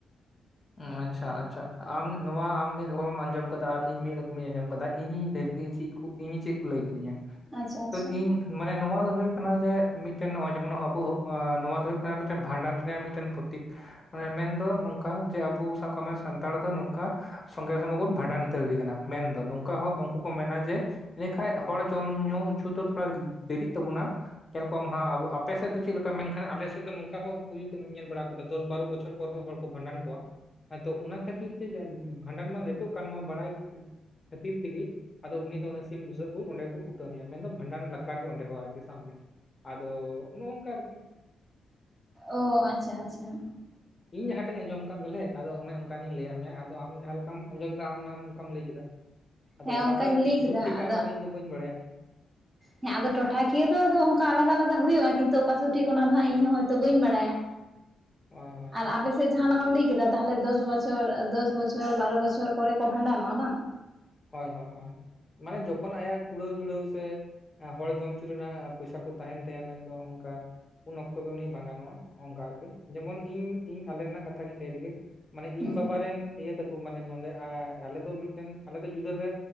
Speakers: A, on the left (about 25°); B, on the right (about 20°).
A: ᱟᱪᱪᱷᱟ ᱟᱪᱪᱷᱟ ᱟᱢ ᱱᱚᱣᱟ ᱟᱢ ᱢᱤᱫ ᱨᱚᱠᱚᱢᱮᱢ ᱟᱸᱡᱚᱢ ᱠᱟᱫᱟ ᱟᱨ ᱤᱧ ᱢᱤᱫ ᱨᱚᱠᱚᱢ ᱤᱧ ᱟᱸᱡᱚᱢ ᱠᱟᱫᱟ ᱤᱧᱤᱧ ᱞᱟᱹᱭ ᱞᱮᱜᱮ ᱤᱧ ᱪᱮᱫ ᱠᱚᱧ ᱤᱧ ᱪᱮᱫ ᱠᱚ ᱞᱟᱹᱭ ᱠᱟᱫᱤᱧᱟ
B: ᱟᱪᱪᱷᱟ ᱟᱪᱪᱷᱟ
A: ᱛᱚ ᱤᱧ ᱢᱟᱱᱮ ᱱᱚᱣᱟ ᱫᱚ ᱦᱳᱭᱳᱜ ᱠᱟᱱᱟ ᱡᱮ ᱢᱤᱫᱴᱮᱱ ᱱᱚᱜ-ᱚᱭ ᱡᱮᱢᱚᱱ ᱟᱵᱚ ᱱᱚᱣᱟ ᱫᱚ ᱦᱳᱜ ᱠᱟᱱᱟ ᱵᱷᱟᱸᱰᱟᱱ ᱨᱮᱭᱟᱜ ᱢᱤᱫᱴᱮᱱ ᱯᱚᱛᱤᱠ ᱢᱟᱱᱮ ᱢᱮᱱᱫᱚ ᱱᱚᱝᱠᱟ ᱡᱮ ᱟᱵᱚ ᱥᱟᱵ ᱠᱟᱜ ᱢᱮ ᱥᱟᱱᱛᱟᱲ ᱫᱚ ᱱᱚᱝᱠᱟ ᱥᱚᱸᱜᱮ ᱥᱚᱸᱜᱮ ᱵᱚᱱ ᱵᱷᱟᱸᱰᱟᱱ ᱩᱛᱟᱹᱨᱮᱫᱮ ᱠᱟᱱᱟ ᱢᱮᱱᱫᱚ ᱱᱚᱝᱠᱟ ᱦᱚᱸ ᱩᱱᱠᱩ ᱠᱚ ᱢᱮᱱᱟ ᱡᱮ, ᱮᱰᱮᱠᱷᱟᱡ ᱦᱚᱲ ᱡᱚᱢ ᱧᱩ ᱦᱚᱪᱚ ᱫᱚ ᱛᱷᱚᱲᱟ ᱫᱮᱨᱤᱜ ᱛᱟᱵᱚᱱᱟ ᱧᱮᱞᱠᱚᱢ ᱦᱟᱸᱜ ᱟᱵᱚ ᱟᱯᱮᱥᱮᱫ ᱫᱚ ᱪᱮᱫ ᱞᱮᱠᱟ ᱢᱮᱱᱠᱷᱟᱱ ᱟᱞᱮᱥᱮᱫ ᱫᱚ ᱱᱚᱝᱠᱟ ᱦᱚᱸ ᱦᱩᱭ ᱠᱟᱱᱟ ᱧᱮᱞ ᱵᱟᱲᱟ ᱠᱟᱫᱟ ᱫᱚᱥ ᱵᱟᱨᱚ ᱵᱚᱪᱷᱚᱨ ᱦᱚᱸ ᱦᱚᱲ ᱠᱚ ᱵᱷᱟᱸᱰᱟᱱ ᱠᱚᱣᱟ ᱾ ᱟᱫᱚ ᱚᱱᱟ ᱠᱷᱟᱹᱛᱤᱨ ᱛᱮ ᱵᱷᱟᱸᱰᱟᱱ ᱢᱟ ᱞᱮᱴᱚᱜ ᱠᱟᱱ ᱱᱚᱣᱟ ᱵᱟᱲᱟᱭ ᱠᱷᱟᱹᱛᱤᱨ ᱛᱮᱜᱮ ᱟᱫᱚ ᱩᱱᱤ ᱫᱚ ᱚᱱᱟ ᱥᱤᱢ ᱵᱩᱥᱟᱹᱜ ᱠᱚ ᱚᱸᱰᱮ ᱜᱮᱠᱚ ᱠᱩᱴᱟᱹᱢ ᱢᱮᱭᱟ ᱢᱮᱱᱫᱚ ᱵᱷᱟᱸᱰᱟᱱ ᱞᱮᱠᱟᱜᱮ ᱚᱸᱰᱮ ᱦᱚᱸ ᱟᱨᱠᱤ ᱥᱟᱵ ᱢᱮ ᱾ ᱟᱫᱚ ᱱᱚᱜ-ᱚᱝᱠᱟ ᱟᱨᱠᱤ ᱾
B: ᱚ ᱟᱪᱪᱷᱟ ᱟᱪᱪᱷᱟ ᱾
A: ᱤᱧ ᱡᱟᱦᱟᱸ ᱴᱮᱡ ᱤ ᱟᱸᱡᱚᱢ ᱟᱠᱟᱫ ᱵᱚᱞᱮ ᱾ ᱟᱫᱚ ᱚᱱᱮ ᱚᱱᱠᱟᱱᱤᱧ ᱞᱟᱹ ᱟᱫ ᱢᱮᱭᱟ ᱟᱫᱚ ᱟᱢ ᱡᱟᱦᱟᱸ ᱞᱮᱠᱟᱢ ᱟᱸᱡᱚᱢ ᱠᱮᱫ ᱚᱱᱠᱟᱢ ᱞᱟᱹᱭ ᱠᱮᱫᱟ ᱾ ᱟᱫᱚ
B: ᱦᱮᱸ
A: ᱚᱠᱟᱴᱟᱜ
B: ᱚᱱᱠᱟᱧ ᱞᱟᱹᱭ
A: ᱥᱚᱴᱷᱤᱠᱟ
B: ᱠᱮᱫᱟ ᱟᱫᱚ
A: ᱚᱱᱟ ᱫᱚ ᱤᱧ ᱫᱚ ᱵᱟᱹᱧ ᱵᱟᱲᱟᱭᱟ!
B: ᱦᱮᱸ ᱟᱫᱚ ᱴᱚᱴᱷᱟ ᱠᱤᱭᱟᱹ ᱫᱚᱫᱚ ᱚᱱᱠᱟ ᱟᱞᱟᱫᱟᱞᱟᱫᱟ ᱦᱩᱭᱩᱜᱼᱟ ᱠᱤᱱᱛᱩ ᱚᱠᱟ ᱥᱚᱴᱷᱤᱠ ᱚᱱᱟ ᱦᱜ ᱤᱧ ᱦᱚᱸᱭᱛᱳ ᱵᱟᱹᱧ ᱵᱟᱲᱟᱭᱟ
A: <unintelligible>
B: ᱾
A: ᱦᱳᱭ
B: ᱟᱨ ᱟᱯᱮ ᱪᱮᱫ ᱡᱟᱦᱟᱸ ᱞᱮᱠᱟᱢ ᱟᱹᱭ ᱠᱮᱫᱟ ᱛᱟᱦᱚᱞᱮ ᱫᱚᱥ ᱵᱚᱪᱷᱚᱨ ᱫᱚᱥ ᱵᱚᱪᱷᱚᱨ ᱵᱟᱨᱚ ᱵᱚᱪᱷᱚᱨ ᱯᱚᱨᱮ ᱠᱚ ᱵᱷᱟᱸᱰᱟᱱᱚᱜᱼᱟ ᱵᱟᱝ?
A: ᱦᱳᱭ ᱦᱳᱭ ᱦᱳᱭ ᱢᱟᱱᱮ ᱡᱚᱠᱷᱚᱱ ᱟᱭᱟᱜ ᱠᱩᱲᱟᱹᱣ ᱡᱩᱲᱟᱹᱣ ᱥᱮ ᱮᱸ ᱦᱚᱲ ᱡᱚᱢ ᱦᱚᱪᱚ ᱨᱮᱱᱟᱜ ᱯᱚᱭᱥᱟ ᱠᱚ ᱛᱟᱦᱮᱱ ᱛᱟᱭᱟ ᱢᱮᱱᱫᱚ ᱚᱱᱠᱟ ᱩᱱ ᱚᱠᱛᱚ ᱜᱮ ᱩᱱᱤᱭ ᱵᱷᱟᱰᱟᱱᱚᱜᱼᱟ ᱚᱱᱠᱟ ᱟᱨᱠᱤ ᱡᱮᱢᱚᱱ ᱤᱧ ᱤᱧ ᱟᱞᱮ ᱨᱮᱱᱟᱜ ᱠᱟᱛᱷᱟ ᱜᱤᱧ ᱞᱟᱹᱭ ᱞᱮᱜᱮ ᱾ ᱢᱟᱱᱮ
B: ᱦᱮᱸ
A: ᱤᱧ ᱵᱟᱵᱟ ᱨᱮᱱ ᱤᱭᱟᱹ ᱛᱟᱠᱚ ᱢᱟᱱᱮ ᱱᱚᱰᱮ ᱟᱞᱮ ᱫᱚ ᱢᱤᱫᱴᱮᱱ ᱟᱞᱮ ᱫᱚ ᱡᱩᱫᱟᱹᱨ ᱨᱮ